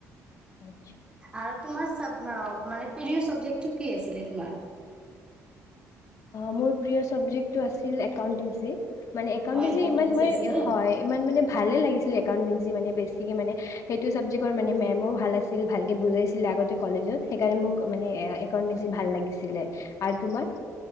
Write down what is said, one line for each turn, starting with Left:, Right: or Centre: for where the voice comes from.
Left: <unintelligible>
Right: আৰু তোমাৰ চাব-মা-মানে প্ৰিয় চাবজেক্টটো কি আছিলে তোমাৰ?
Left: মোৰ প্ৰিয় চাবজেক্টটো আছিল একাউণ্টেঞ্চি। মানে একাউটেঞ্চি
Right: অ', একাউণ্টেঞ্চি
Left: ইমান মই
Right: আছিলে।
Left: হয়, ইমান মানে ভালে লাগিছিল একাউটেঞ্চি মানে বেছ <unintelligible> মানে, সেইটো চাবজেক্টৰ মানে মেমো ভাল আছিল, ভালকে বুজাইছিলে আগতে কলেজত, সেইকাৰণে মোক মানে একাউটেঞ্চি ভাল লাগিছিলে। আৰু তোমাৰ?